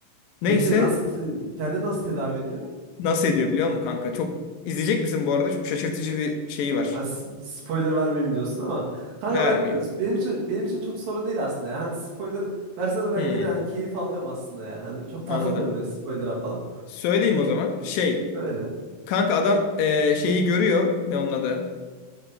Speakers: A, on the left; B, on the right.
A: Neyse
B: Peki nasıl te- kendini nasıl tedavi ediyor?
A: nasıl ediyor biliyor musun kanka? Çok izleyecek misin bu arada? Çok şaşırtıcı bir şeyi var.
B: Ha, s- spoiler vermeyeyim diyorsun ama kanka
A: Vermeyeyim.
B: ben benim için benim için çok sorun değil aslında ya. Hani spoiler versen de ben
A: Hmm,
B: gene hani keyif alıyorum aslında ya. Hani çok
A: anladım.
B: takılmıyorum böyle spoiler'a falan.
A: Söyleyeyim o zaman. Şey.
B: Söyle.
A: Kanka adam e, şeyi görüyor. Ne onun adı?